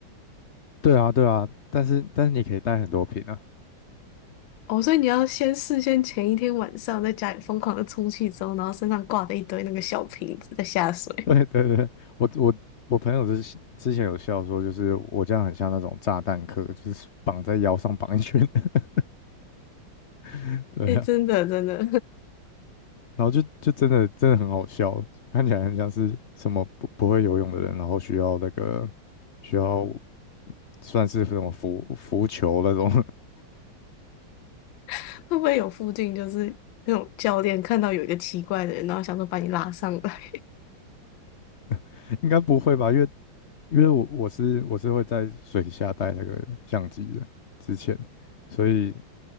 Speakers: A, on the left (about 55°); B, on the left (about 75°).
A: 对啊，对啊，但是但是你可以带很多瓶啊。
B: 哦，所以你要先事先前一天晚上在家里疯狂的充气之后，然后身上挂着一堆那个小瓶子在下水。
A: <laughs> 对对对，我我我朋友之之前有笑说，就是我这样很像那种炸弹客，就是绑在腰上绑一圈的 <laughs> 对啊，
B: 诶，真的真的，
A: 然后就就真的真的很好笑，看起来很像是什么不不会游泳的人，然后需要那个需要算是什么浮浮球那种，
B: <laughs> 会不会有附近就是那种教练看到有一个奇怪的人，然后想说把你拉上来？
A: <laughs> 应该不会吧？因为因为我我是我是会在水下带那个相机的，之前，所以